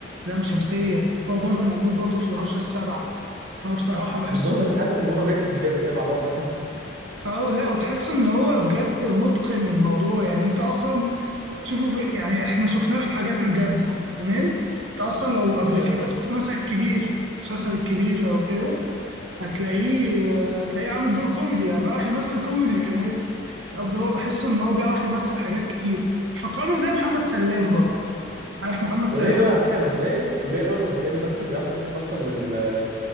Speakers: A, on the right; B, on the right.
A: لام شمسية هو برضو موجود برضو في الهرشة السابعة هو بصراحة بحسه
B: بالظبط انا حاسس ان هما ميكس جامد كده مع بعض دايما
A: اه لا وتحس ان هو بجد متقن الموضوع يعني انت اصلا تشوفه في يعني احنا شفناه في الحاجات الجد تمام انت اصلا لو قبل
B: <laughs> تمام
A: كده شفت مثلا الكبير المسلسل الكبير او كده هتلاقيه آه، هتلاقيه عامل دور كوميدي يعني بيعرف يمثل كوميدي كمان قصدي هو بحسه ان هو بيعرف يمثل حاجات كتير فكرنا زي محمد سلام برضه عارف محمد
B: قليل
A: سلام
B: قوي على فكره لما تلاقي قليل قوي لما تلاقي ممثل بيعرف يمثل في اكتر من آه،